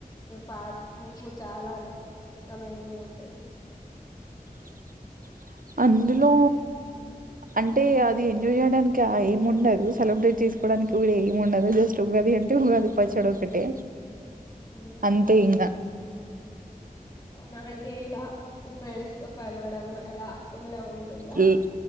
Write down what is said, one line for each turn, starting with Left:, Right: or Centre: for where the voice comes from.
Left: పా మీకు చాలా ఇష్టమైంది ఉంటది
Right: <unintelligible> అందులో
Left: అంటే
Right: అంటే అది ఎంజాయ్ చేయడానికి ఆ ఏం ఉండదు సెలబ్రేట్ చేసుకోవడానికి కూడా ఏమి ఉండదు జస్ట్ ఉగాది అంటే ఉగాది పచ్చడి ఒకటే
Left: అవునా
Right: అంతే ఇంకా
Left: అవునా అంటే ఇలా ఫ్రెండ్స్ తో కలవడం అలా ఏమైనా ఉ ఉంటుందా
Right: ల్-